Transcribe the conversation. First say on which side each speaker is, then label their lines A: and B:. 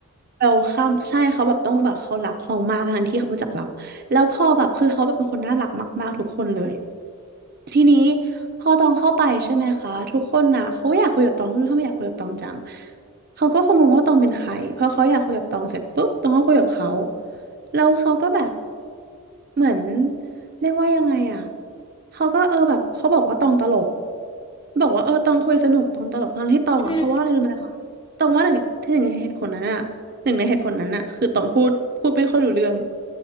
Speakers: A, on the right; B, on the left.
A: เวลคัมใช่เขาแบบต้องแบบเขารักเรามากทั้งที่เขาไม่รู้จักเราแล้วพอแบบคือเขาแบบเป็นคนน่ารักมากๆทุกคนเลย ทีนี้พอตองเข้าไปใช่ไหมคะทุกคนนะเขาอยากคุยกับตองไม่รู้ทำไมอยากคุยกับตองจังเขาก็คงงงว่าตองเป็นใครเพราะเขาอยากคุยกับตองเสร็จปุ๊บตองก็คุยกับเขาแล้วเขาก็แบบเหมือนเรียกว่ายังไงอ่ะเขาก็เออแบบเขาบอกว่าตองตลกบอกว่าเออตองคุยสนุกตองตลกทั้งที่ตองอ่ะเพราะว่าอะไรรู้ไหมคะตองว่าหนึ่งที่หนึ่งในเหตุผลนั้นอ่ะหนึ่งในเหตุผลนั้นอ่ะคือตองพูดพูดไม่ค่อยรู้เรื่อง
B: อืม